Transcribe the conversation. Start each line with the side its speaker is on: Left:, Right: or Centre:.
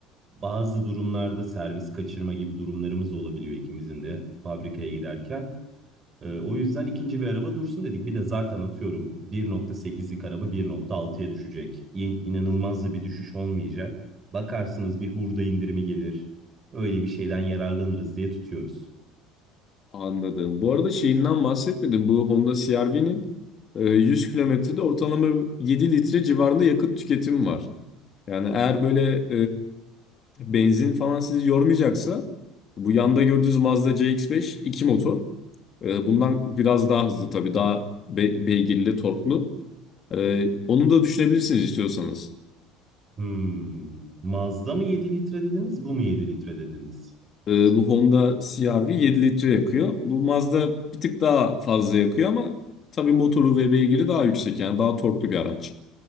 Right: Bazı durumlarda servis kaçırma gibi durumlarımız olabiliyor ikimizin de fabrikaya giderken. Ee, o yüzden ikinci bir araba dursun dedik. Bir de zaten atıyorum 1.8'lik araba 1.6'ya düşecek. İ- İnanılmaz da bir düşüş olmayacak. Bakarsınız bir hurda indirimi gelir. Öyle bir şeyden yararlanırız diye tutuyoruz.
Left: Anladım. Bu arada şeyinden bahsetmedim. Bu Honda CR-V'nin e, 100 kilometrede ortalama 7 litre civarında yakıt tüketimi var. Yani eğer böyle e, benzin falan sizi yormayacaksa bu yanda gördüğünüz Mazda CX-5 2 motor. E, bundan biraz daha hızlı tabii. Daha be- beygirli, torklu. Ee, onu da düşünebilirsiniz istiyorsanız.
Right: Hmm. Mazda mı 7 litre dediniz, bu mu 7 litre dediniz?
Left: Ee, bu Honda CR-V 7 litre yakıyor. Bu Mazda bir tık daha fazla yakıyor ama tabii motoru ve beygiri daha yüksek yani daha torklu bir araç.